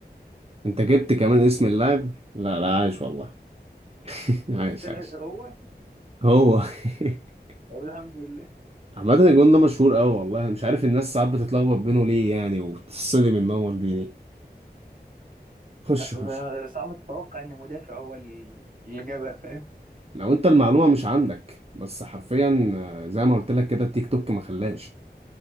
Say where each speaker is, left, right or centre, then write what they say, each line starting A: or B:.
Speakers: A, on the right; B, on the right.
A: انت جبت كمان اسم اللاعب لا لا عايش والله <laughs> عايش
B: طلع
A: عايش
B: هو
A: هو <laughs>
B: طب الحمد لله
A: عامة الجون ده مشهور قوي والله مش عارف الناس ساعات بتتلخبط بينه ليه يعني وبتتصدم ان هو مالديني خش
B: اصل
A: خش
B: صعب تتوقع ان مدافع هو اللي جابها فاهم
A: لو انت المعلومة مش عندك بس حرفيا آه، زي ما قلت لك كده التيك توك ما خلاش